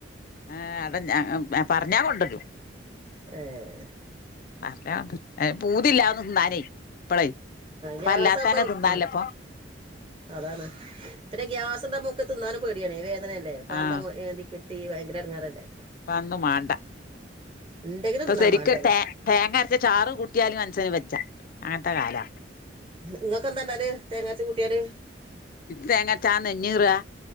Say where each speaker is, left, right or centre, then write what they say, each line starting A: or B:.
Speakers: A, on the left (about 50°); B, on the right (about 30°).
A: ഏഹ് അടെ പറഞ്ഞാ കൊണ്ടരും
B: ഏഹ്
A: അല്ലണ്ട് പൂതില്ലന്ന് തിന്നനേ ഇപ്പളേ ഇപ്പ
B: ഗ്യാസാകുമ്പോ
A: അല്ലാത്തനെ തിന്നാലപ്പൊ
B: ഉം അതാണ് പിന്നെ ഗ്യാസ്ണ്ടാ കുമ്പോഒക്കെ തിന്നാനും പേടിയണേേ അനല്ലേ <unintelligible>
A: ആഹ്
B: കിട്ടി ഭയങ്കര ഇടങ്ങാറല്ലേ
A: ഇപ്പ അതൊന്നും മാണ്ട
B: ഇണ്ടെങ്കിലും
A: ഇപ്പൊ
B: തിന്നാ
A: ശരിക്ക്
B: വേണ്ടത്
A: തേ തേങ്ങ അരച്ച ചാറ് കൂട്ടിയാലും മൻസന് വെജ്ജ അങ്ങൻത്തെ കാലാ
B: ഇങ്ങക്ക് എന്താണ്ടല് തേങ്ങാരച്ച കൂട്ടിയല്
A: ഇ തേങ്ങരചാ നെഞ്ഞീറ